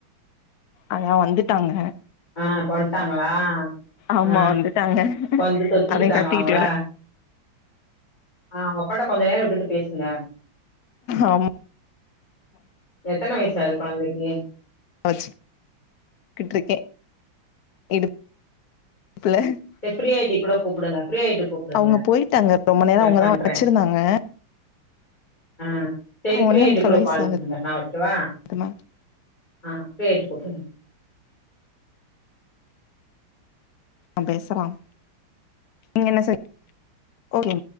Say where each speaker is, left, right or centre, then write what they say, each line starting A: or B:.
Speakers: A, on the left; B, on the left.
A: ஆஹா வந்துட்டாங்க
B: ஆ இப்ப வந்ட்டாங்களா
A: ஆமா
B: ஆ
A: வந்துட்டாங்க
B: வந்து தொத்திக்கிட்டாங்களா
A: அவ கத்திக்கிட்டு
B: உங்கள
A: கட
B: ஆ அவுங்க அப்பாட்ட கொஞ்ச நேர விட்டுட்டு பேசுங்க
A: ஆம்
B: எத்தன வயசு ஆகுது கொழந்தைக்கு
A: வச்சு கிட்ருக்கே இடுப்புல
B: செரி ஃப்ரீயாயிட்டி கூட கூப்புடுங்க ஃப்ரீயாயிட்டு கூப்புடுங்க
A: அவங்க போயிட்டாங்க ரொம்ப நேரோ
B: கட்
A: அவங்கதா
B: பண்ற
A: வச்சிருந்தாங்க
B: ஆ சேரி ஃப்ரீயாயிட்டு
A: ஒன்னே முக்கால்
B: கூட
A: வயசு
B: கால்
A: ஆகுது
B: பண்ணுங்க நா வக்கவா
A: மேம்
B: ஆ ஃப்ரியாயிட்டு கூப்புடுங்க
A: ஆ பேசலாம் நீங்க என்ன சொ ஓகே